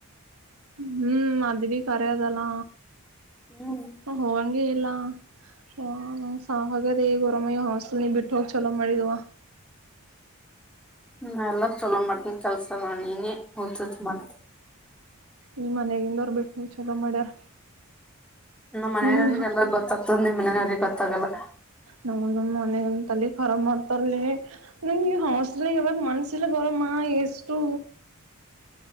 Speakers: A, on the right; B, in the centre.
A: ಹ್ಮ್ ಅದವಿ ಕರದೆೆಲ್ಲಾ
B: ಹ್ಮ್
A: ಹ ಹಂಗೆ ಎಲ್ಲಾ ಹ್ ಸಾವ ಹಾಗಾದ ಈ ಗರಾಮಯ ಹಾಸ್ಟೆಲ್ ಬಿಟ್ಟ ಹೋಗಿ ಚಲೋ ಮಾಡಿದವ
B: ಹ್ಮ ಎಲ್ಲಾ ಚಲೋ ಮಟ್ಟನ್ ಕೆಲ್ಸ ನೋ ಹ ಹೊತ ಮ
A: ನೀ ಮನೆಗಿಂದವರ್ ಬಿಟ್ ಚಲೋ ಮಾಡ್ಯಾರ
B: ನಮ್ಮ್ ಮನೆಯವರಿಗೆಲ್ಲ
A: ನಿನಗ
B: ಗೊತ್ತಾಗ್ತ ನಿ ಮನನವ್ರಿಗೆ ಗೊತ್ತಾಗಲ್ಲ
A: ನ ನ ಮನೆ ತಲ್ಲಿ ರ ಮಾಡತ ತ ನ ಹ ಅಸಲ್ಲ ಎು ಮನಸಲ ಗರಮ ಎಷ್ಟು